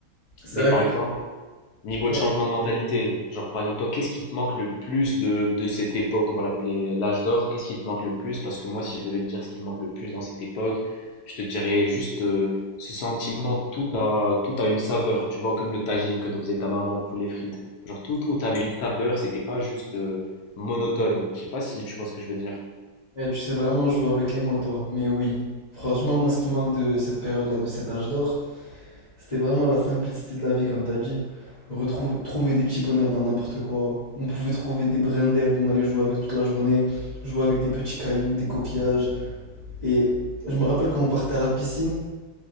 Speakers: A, on the left; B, on the left.
A: C'est
B: Mais
A: vrai
B: par exemple, Niveau
A: Ouais.
B: de changement de mentalité, genre par exemple, toi, qu'est-ce qui te manque le plus de, de cette époque, on va l'appeler l'âge d'or, qu'est-ce qui te manque le plus? Parce que moi, si je devais te dire ce qui me manque le plus dans cette époque, je te dirais juste euh, ce sentiment, que tout a, tout a une saveur, tu vois, comme le tagine que nous faisait ta maman, poulet frites. Genre tout, tout avait une saveur, c'était pas juste euh, monotone. Je sais pas si tu vois ce que je veux dire.
A: Eh, tu sais vraiment jouer avec les mots, toi. Mais oui, franchement, moi, ce qui me manque de cette période-là, de cet âge d'or, c'était vraiment la simplicité de la vie, comme t'as dit. Retrouve, trouver des petits bonheurs dans n'importe quoi. On pouvait trouver des brins d'herbe, on allait jouer avec toute la journée, jouer avec des petits cailloux, des coquillages. Et je me rappelle quand on partait à la piscine,